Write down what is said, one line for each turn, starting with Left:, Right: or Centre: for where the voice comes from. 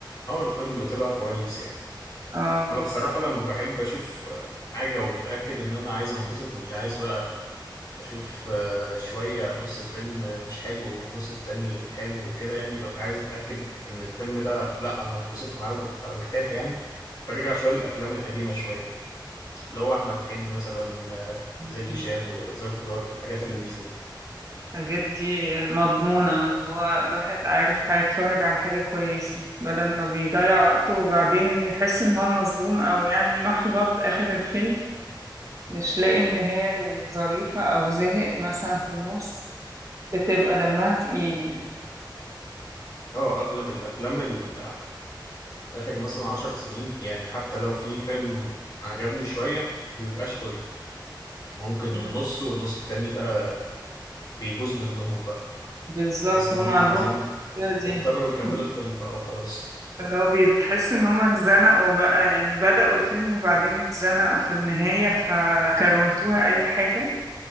Left: اه الفيلم طلع كويس يعني
Right: اه
Left: أنا بصراحة لما بحب أشوف آه، حاجة ومتأكد إن أنا عايز أنبسط مش عايز بقى أشوف آه، شوية نص الفيلم آه، مش حلو والنص التاني حلو وكده يعني ببقى عايز أتأكد إن الفيلم ده لأ أنا هنبسط معاه وببقى مرتاح يعني برجع شوية للأفلام القديمة شوية اللي هو أحمد حلمي مثلا آه،
Right: مم.
Left: زكي شان وظرف طارق الحاجات اللذيذة دي
Right: الحاجات دي مضمونة اللي هو الواحد عارف هيتفرج على حاجة كويسة بدل ما بيضيع وقته وبعدين يحس ان هو مصدوم او يعني محبط اخر الفيلم مش لاقي ان هي الظريفة او زهق مثلا في النص بتبقى دمها تقيل يعني
Left: اه اغلب الافلام ال- اخر مثلا عشر سنين يعني حتى لو في فيلم عجبني شوية ما بيبقاش كل ممكن
Right: مم.
Left: نصه والنص التاني بقى بيبوظ منهم بقى
Right: بالظبط
Left: بحيث ان
Right: هم
Left: هم
Right: عندهم
Left: عايزين
Right: المشكلة
Left: اضطروا
Right: دي
Left: يكملوا
Right: مم.
Left: الفيلم بقى وخلاص
Right: اللي هو بي- بتحس ان هم اتزنقوا بقى يعني بدأوا الفيلم وبعدين اتزنقوا في النهاية فكروتوها اي حاجة